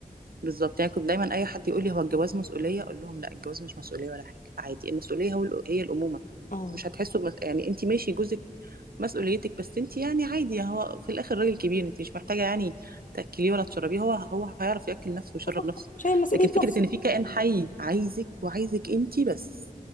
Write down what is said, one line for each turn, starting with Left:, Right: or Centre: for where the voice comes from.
Right: بالظبط يعني كنت دايما اي حد يقول لي هو الجواز مسؤوليه اقول لهم لا الجواز مش مسؤوليه ولا حاجه عادي المسؤوليه هو الأ- هي الامومه
Left: اه
Right: مش هتحسوا بمس... يعني انت ماشي جوزك مسؤوليتك بس انت يعني عادي يعني هو في الاخر راجل كبير انت مش محتاجه يعني تاكليه ولا تشربيه هو هو هيعرف ياكل نفسه ويشرب
Left: صح
Right: نفسه
Left: شايل مسؤولية
Right: لكن فكره
Left: نفسه
Right: ان في كائن حي عايزك وعايزك انت بس